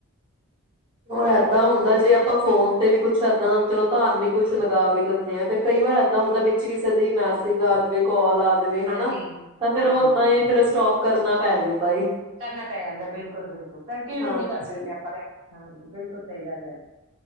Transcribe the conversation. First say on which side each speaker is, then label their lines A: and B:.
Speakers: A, on the right; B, on the right.
A: ਹੋਰ ਏਦਾਂ ਹੁੰਦਾ ਜੇ ਆਪਾਂ ਫੋਨ ਤੇ ਵੀ ਕੁਝ ਇਦਾਂ ਚਲੋ ਧਾਰਮਿਕ ਕੁਝ ਲਗਾ ਵੀ ਲੈਂਦੇ ਆ। ਫਿਰ ਕਈ ਵਾਰ ਇਦਾਂ ਹੁੰਦਾ ਵਿੱਚ ਕਿਸੇ ਦੇ ਮੈਸੇਜ ਆ ਜਾਵੇ ਕਾੱਲ ਆ ਜਿਵੇਂ ਹਨਾ
B: ਹਾਂਜੀ
A: ਤਾਂ
B: ਹਾਂ
A: ਫਿਰ ਉਹ ਇਦਾਂ ਇਹ ਫਿਰ ਸਟੋਕ ਕਰਨਾ ਪੈ ਜਾਂਦਾ ਏ।
B: ਕਰਨਾ ਪੈ ਜਾਂਦਾ ਏ। ਬਿਲਕੁਲ, ਬਿਲਕੁਲ ਕਨਟੀਨਿਊ
A: ਹਾਂਜੀ,
B: ਨਹੀਂ ਕਰ ਸਕਦੇ ਆਪਾਂ ਤੇ। ਹਾਂਜੀ, ਬਿਲਕੁਲ ਸਹੀ ਗੱਲ ਏ।